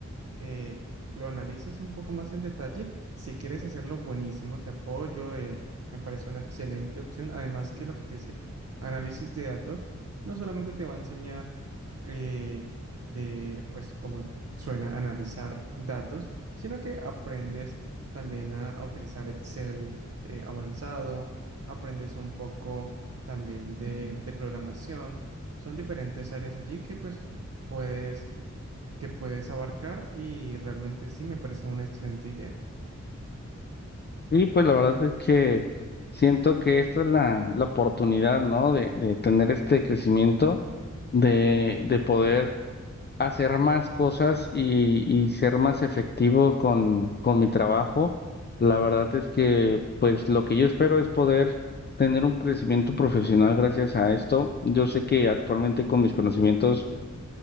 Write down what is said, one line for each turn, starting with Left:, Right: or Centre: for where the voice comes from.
Right: que lo analices un poco más en detalle. Si quieres hacerlo, buenísimo, te apoyo, eh, me parece una excelente opción. Además que lo que te decía, análisis de datos no solamente te va a enseñar eh, de, pues como suena, analizar datos, sino que aprendes también a, a utilizar Excel eh, avanzado, aprendes un poco también de, Ujú. de programación. Son diferentes áreas allí que pues puedes que puedes abarcar y realmente sí me parece una excelente idea.
Left: Y pues la verdad es que siento que esta es la, la oportunidad, ¿no? De, de tener este crecimiento, de, de poder hacer más cosas y, y ser más efectivo con, con mi trabajo. La verdad es que, pues, lo que yo espero es poder tener un crecimiento profesional gracias a esto. Yo sé que actualmente con mis conocimientos